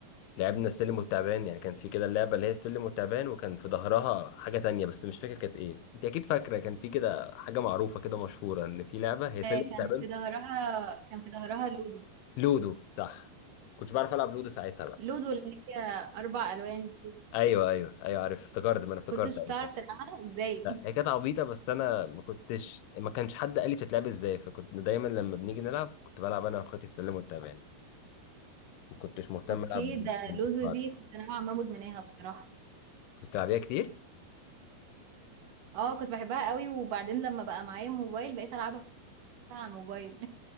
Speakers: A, on the left; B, on the right.
A: لعبنا السلم والتعبان يعني كان في كده اللعبه اللي هي السلم والتعبان وكان في ظهرها حاجه تانية بس مش فاكر كانت ايه انت اكيد فاكره كان في كده حاجه معروفه كده مشهوره ان في لعبه هي سلم
B: آه، كان
A: وتعبان
B: في ظهرها كان في ظهرها لودو
A: لودو صح كنتش بعرف العب لودو ساعتها بقى
B: لودو اللي هي اربع الوان دي.
A: ايوه ايوه ايوه عارف افتكرت ما انا افتكرت
B: كنتش
A: أيوه.
B: بتعرف تلعبها ازاي
A: لا هي كانت عبيطة بس أنا ما كنتش ما كانش حد قال لي بتتلعب إزاي فكنت دايما لما بنيجي نلعب كنت بلعب أنا وأخواتي السلم والتعبان ما كنتش مهتم
B: اوكي
A: ألعب
B: ده
A: بالبنت
B: لوزو
A: بعض.
B: دي كنت نوعا ما مدمناها بصراحة
A: كنت بتلعبيها كتير
B: اه كنت بحبها قوي وبعدين لما بقى معايا موبايل بقيت العبها على الموبايل